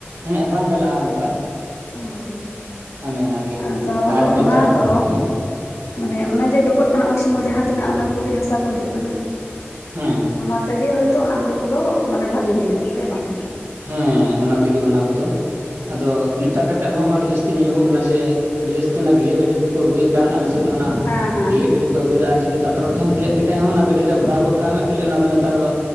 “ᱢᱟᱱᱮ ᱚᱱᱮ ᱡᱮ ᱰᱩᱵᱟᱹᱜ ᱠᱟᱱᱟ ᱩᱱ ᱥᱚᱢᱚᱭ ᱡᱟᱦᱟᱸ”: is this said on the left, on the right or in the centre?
Left